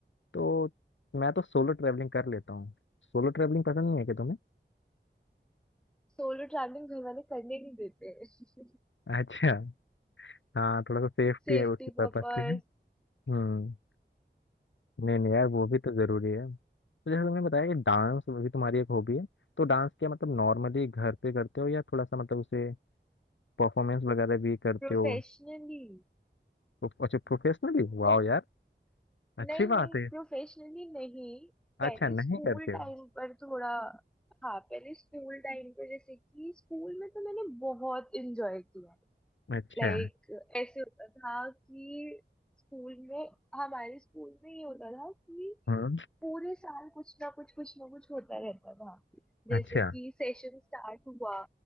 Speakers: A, on the left; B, in the centre.
A: तो मैं तो सोलो ट्रैवलिंग कर लेता हूँ सोलो ट्रैवलिंग पसंद नहीं है क्या तुम्हें
B: सोलो ट्रैवलिंग घर वाले करने नहीं देते <laughs>
A: अच्छा हाँ थोड़ा सा सेफ्टी
B: Safety
A: है उसके पर्पज
B: purpose
A: से हम्म नहीं नहीं यार वो भी तो जरूरी है तो जैसे तुमने बताया कि डांस भी तुम्हारी एक हॉबी है तो डांस क्या मतलब नॉर्मली घर पे करते हो या थोड़ा सा मतलब उसे परफॉर्मेंस वगैरह भी करते
B: प्रोफेशनली
A: हो तो- अच्छा प्रोफेशनली
B: मतलब
A: वाह यार
B: नहीं
A: अच्छी
B: नहीं
A: बात है
B: प्रोफेशनली नहीं पहले
A: अच्छा नहीं
B: स्कूल
A: करते
B: टाइम
A: हो
B: पर थोड़ा हाँ पहले स्कूल टाइम पे जैसे कि स्कूल में तो मैंने बहुत एंजॉय किया
A: अच्छा
B: लाइक ऐसे होता था कि स्कूल में हमारे स्कूल में ये होता था कि
A: हम्म
B: पूरे साल कुछ ना कुछ कुछ ना कुछ होता रहता था जैसे
A: अच्छा
B: कि सेशन स्टार्ट हुआ